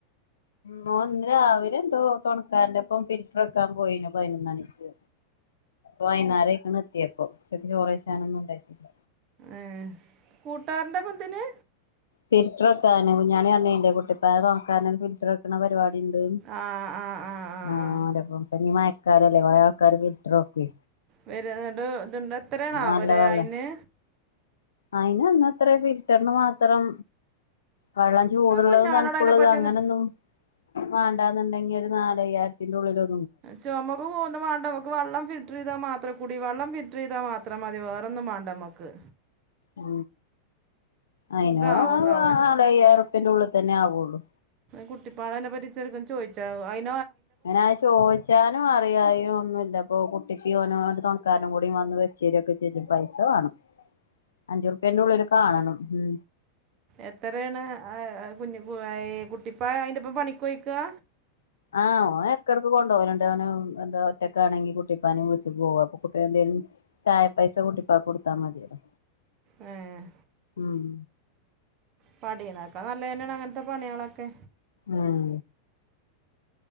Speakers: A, on the left; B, on the right.
A: ഉ ഒന്ന് രാവിലെ എന്തോ തുണക്കാരൻന്റെ ഇപ്പം ഫിൽറ്റർ വെക്കാൻ പോയിന് പയിനൊന്നണിക്ക് വൈകുന്നേരക്ക്ണ് എത്തിയപ്പൊ ഉച്ചക്ക് ചോറേഴ്ചനൊന്നും ണ്ടായിട്ടില്ല
B: ഏ കൂട്ടാരന്റെ പന്തിന്
A: ഫിൽറ്റർ വക്കാന് കുഞ്ഞാണി അറിഞ്ഞില്ലേ കുട്ടിപ്പെ തോന്നാക്കാരാന് ഫിൽറ്റർ വെക്കണ പരിപാടി ഇണ്ട്
B: ആ ആ ആ ആ
A: ആരാഇപ്പോ
B: ആ
A: മഴക്കാരല്ലേ കൊറേ ആൾക്കാാര് ഫിൽറ്റർ വെക്കേ
B: വരതണ്ട് ഇത്ണ്ട് എത്രണ് ആവലേ
A: നല്ല വെള്ളം
B: അയിന്
A: അയിന് അന്നത്ര ഫിൽറ്ററിന് മാത്രം വെള്ളചൂടുള്ളതും
B: കുഞ്ഞാണോട്
A: തണുപ്പുള്ളതും
B: അതിനെ പറ്റി
A: അങ്ങനെന്നും വേണ്ടാന്നുണ്ടെങ്കി ഒരു നാല്യായിരത്തിന്റെ ഉള്ളില്ലോ
B: ചുമക്ക് കൂന്തമാണ്ട നമ്മക്ക് വെള്ളം ഫിൽട്ടർയിതാൽ മാത്ര അത്ര കൂടി വെള്ളം ഫിൽട്ടർയിതാൽ മാത്രം മതി വേറൊന്നും വേണ്ടമ്മക്ക്
A: ഉ അയിനോ
B: ആവുന്നാവോ
A: നാലയ്യായിരപ്യള്ളിൽ തന്നെ ആവുള്ളു
B: കുട്ടിപ്പാളനെ പറ്റി ചെറുക്ക ചോദിച്ച ആവോ
A: ങ്ങനെ ചോദിച്ചാനു അറിയായി ഒന്നുമില്ല ഇപ്പൊ കെട്ട്യോനും തോണക്കാരനും കൂടി വന്ന് വെച്ചേരൊക്കെ ചെയ്യും പൈസ വാണം അഞ്ചുറുപ്പേന്റെ ഉള്ളില് കാണണം ഉം
B: എത്രണ് അ കുഞ്ഞുക്ക് കു കുട്ടിപ്പാ അയിന്റെപ്പ പണിക്കോയ്ക്കാ
A: ആ ഓൻ എടക്കെടക്ക് കൊണ്ടവല്ണ്ട് ഓന് എന്താ ഒറ്റക്കെ ആണെങ്കിൽ കുട്ടിപ്പാന വിളിച് പോകും അപ്പൊ എന്തേലും ചായ പൈസ കൂട്ടിപ്പാ കൊടുത്തമതില്ലോ
B: ഉം
A: ഉം
B: പടിനക്കാ നല്ലതന്നെണ് അങ്ങനെ <unintelligible> പണിളൊക്കെ
A: ഉം